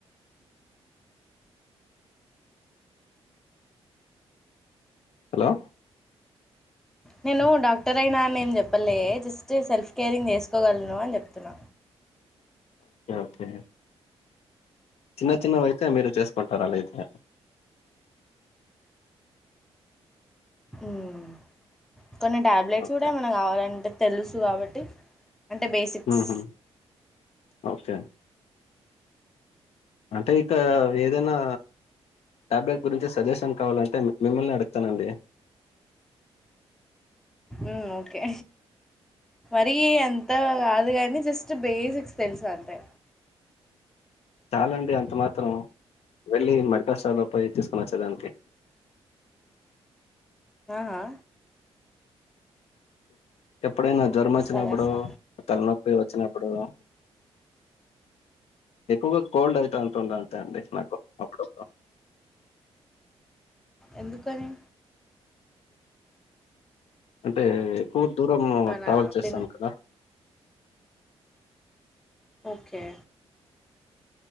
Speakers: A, on the left; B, in the centre.
A: హలో
B: నేను డాక్టర్ అయినా అని ఏం చెప్పలే జస్ట్ సెల్ఫ్ కేరింగ్ చేసుకోగలను అని చెప్తున్నా
A: ఓకే ఓకే చిన్న చిన్నవైతే మీరు చేసుకుంటారు అలా అయితే
B: ఉహ్ కొన్ని టాబ్లెట్స్
A: ఓకే.
B: కూడా ఏమైనా కావాలంటే తెలుసు కాబట్టి అంటే బేసిక్స్
A: ఉహు ఒకే అంటే ఇక ఏదైనా టాబ్లెట్ గురించి సజెషన్ కావాలంటే మిమ్మల్నే అడుగుతానండి
B: ఉ ఓకే మరి అంత కాదు గానీ జస్ట్ బేసిక్స్ తెలుసు అంతే
A: చాలాండి అంత మాత్రం వెళ్ళి మద్రాసలో పోయి తీసుకోనోచ్చేదానికి
B: ఆహా
A: ఎప్పుడైనా జ్వరం
B: వేస్తా
A: వచ్చినప్పుడు
B: వేస్తా
A: తలనొప్పి వచ్చినప్పుడు ఎక్కువగా కోల్డ్ అయితా ఉంటుండే అండి నాకు అప్పుడప్పుడు
B: ఎందుకని
A: అంటే ఎక్కువ దూరం
B: మన
A: ట్రావెల్ చేస్తాను
B: తిన్
A: కదా
B: ఓకే